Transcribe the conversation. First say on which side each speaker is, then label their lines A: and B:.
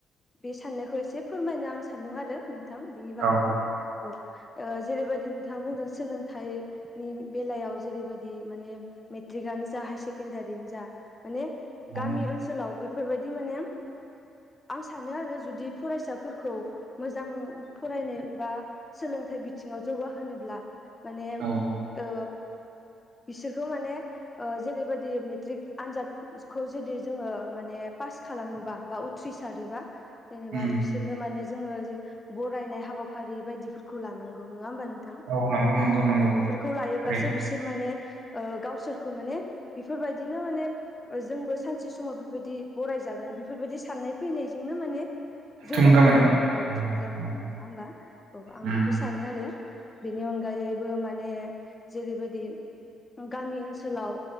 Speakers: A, on the left; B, on the right.
A: बे साननायखौ एसे फोरमायनो आं सान्दों आरो नोंथां बिनि बागैनो
B: औ
A: औ जेरैबायदि नोंथाङा बुंदों सोलोंथाइ नि बेलायाव जेरैबायदि माने मेट्रिकआनो जा हायार सेकेण्डारिआनो जा माने गामि
B: औ
A: ओनसोलाव बेफोरबादि माने आं सानो आरो जुदि फरायसाफोरखौ मोजां फरायनाय बा सोलोंथाइ बिथिङाव जौगाहोनोब्ला माने
B: औ
A: ओ बिसोरखौ माने जेरैबायदि मेट्रिक आन खौ जुदि जोङो माने पास खालामोबा बा उथ्रिसारोबा जेनेबा
B: उम
A: बिसोरनो माने जोङो जे बरायनाय हाबाफारि बायदिफोरखौ लानांगौ नङा होमबा
B: औ नंगौ नंगौ नंगौ।
A: फोरखौ लायोब्लासो
B: थारैनो
A: बिसोर माने गावसोरखौ माने बेफोरबादिनो माने जोंबो सानसे समाव बेफोरबायदि बरायजागोन बेफोरबायदि साननाय फैनायजोंनो माने जौगानो
B: थुलुंगा मोनो
A: हायो औ
B: उम
A: थुलुंगा मोन
B: औ
A: नङा होमबा औ आं
B: उम,
A: बेखौ सानो आरो बेनि अनगायैबो माने जेरैबादि गामि ओनसोलाव